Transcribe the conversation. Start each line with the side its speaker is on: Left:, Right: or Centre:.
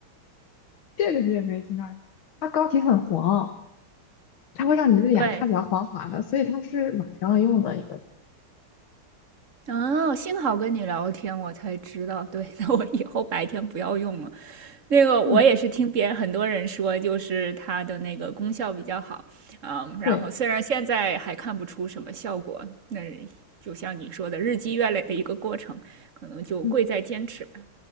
Left: 这个你也没听到呀？它膏体很黄，它会让你的脸看起来黄黄的，
Right: 对，
Left: 所以它是晚上用的一个。
Right: 哦，幸好跟你聊天，我才知道。对，<laughs> 那我以后白天不要用了。那个我也是听别人很多人说，
Left: 嗯，
Right: 就是它的那个功效比较好，嗯，然后虽然现在还看不出什么效果，
Left: 对，
Right: 那就像你说的，日积月累的一个过程，可能就贵在坚持吧。
Left: 嗯，